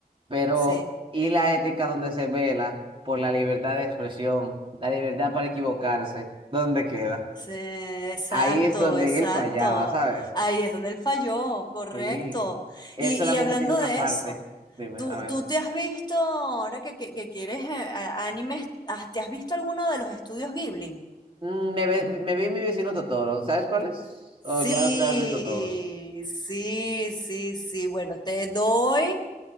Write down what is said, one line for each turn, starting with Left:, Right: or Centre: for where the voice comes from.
Right: pero
Left: Sí,
Right: y la ética donde se vela por la libertad de expresión, la libertad para equivocarse, ¿dónde queda?
Left: sí, exacto,
Right: Ahí es donde
Left: exacto.
Right: él fallaba, ¿sabes?
Left: Ahí es donde él falló, correcto.
Right: Sí, él
Left: Y,
Right: solamente
Left: y hablando
Right: tiene una
Left: de
Right: parte.
Left: eso,
Right: Dime,
Left: ¿tú,
Right: a ver.
Left: tú te has visto, ahora que, que- que quieres eh, a- animes, ah, ¿te has visto alguno de los estudios Ghibli?
Right: Mm, Me, ve- me vi mi vecino Totoro. ¿Sabes cuáles
Left: Sí,
Right: O ya los te has visto todos.
Left: sí, sí, sí. Bueno, te doy